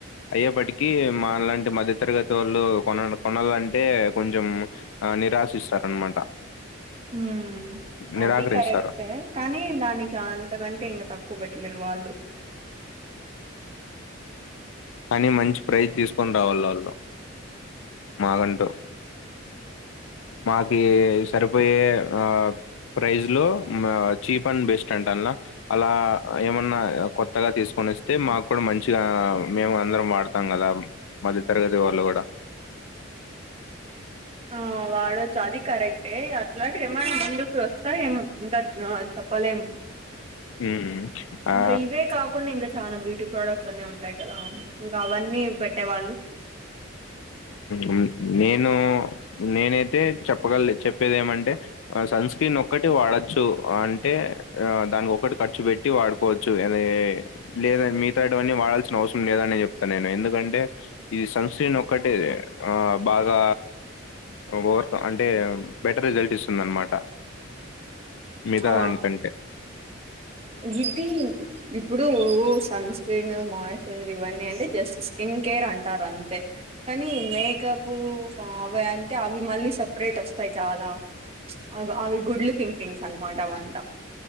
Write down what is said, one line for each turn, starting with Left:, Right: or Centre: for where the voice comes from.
Left: అయ్యేప్పటికి మాలాంటి మధ్య తరగతి వాళ్ళు కొన కొనాలంటే కొంచెం ఆ నిరాశిస్తారనమాట
Right: ఉమ్మ్
Left: నిరాకరిస్తారు
Right: అది కరెక్టే కానీ దానికి అంతకంటే ఇంక తక్కువ పెట్టలేరు వాళ్ళు
Left: కానీ మంచి ప్రైస్్ తీసుకొని రావాలి వాళ్ళు మాకు అంటు మాకి సరిపోయే ఆ ప్రైజ్ లో మా చీప్ అండ్ బెస్ట్ అంటన్ ల అలా ఏమన్న కొత్తగా తీసుకొని వస్తే మాకు కూడ మంచిగా మేము అందరం వాడతా తాం కదా మధ్య తరగతి వాళ్ళు కూడ
Right: ఆ వాడొచ్చు అది కరెక్టే అట్లాంటి ఏమైన ముందుకు వస్తాయి ఏమో ఇంకా చెప్పలేము
Left: ఉమ్. ఆ
Right: ఇంక ఇవే కాకుండా చాల బ్యూటీ ప్రోడక్ట్స్ అన్ని ఉంటాయి కదా ఇంకా అవన్నీ పెట్టేవాళ్ళు
Left: ఉమ్ నేను నేనైతే చెప్పగల చెప్పేది ఏమంటే ఆ సన్ స్క్రీన్ ఒక్కటి వాడొచ్చు ఆ అంటే ఆ దానికి ఒకటి ఖర్చు పెట్టి వాడుకోవచ్ చు అనే లేద మిగతా ఇటువన్నీ వాడాల్సిన అవసరం లేదని చెప్తాను నేను ఎందుకంటే ఇది సంస్ ఒక్కటే బాగా అ అంటే బెటర్ రిజల్ట్ ఇస్తుంది అనమాట మిగతా
Right: ఆ
Left: దానికంటే
Right: ఇది ఇప్పుడు సన్ స్క్రీన్ మాయిశ్చరైజర్ ఇవన్నీ అంటే జస్ట్ స్కిన్ కేర్ అంటారు అంతే కనీ మేకప్ అవి అంటే అవి మళ్ళీ సప్రేట్ వస్తాయి చాలా ఆ అవి గుడ్లు థింకింగ్స్ అనమాట అవి అంత